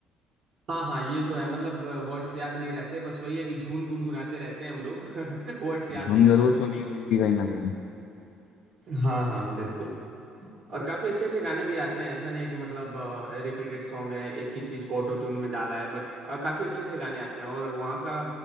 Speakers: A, on the right; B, on the left.
A: हाँ हाँ ये तो है मतलब वर्ड्स याद नहीं रहते बस वही है कि धुन गुनगुनाते रहते हैं हम लोग <laughs> वर्ड्स याद नहीं
B: धुन
A: रह
B: जरूर
A: पाते
B: सुनी होगी कहीं ना कहीं
A: हाँ हाँ बिल्कुल और काफी अच्छे अच्छे गाने भी आते हैं ऐसा नहीं है कि मतलब रिपीटेड सॉन्ग है एक ही चीज को ऑटो ट्यून में डाला है बट काफी अच्छे अच्छे गाने आते हैं और वहाँ का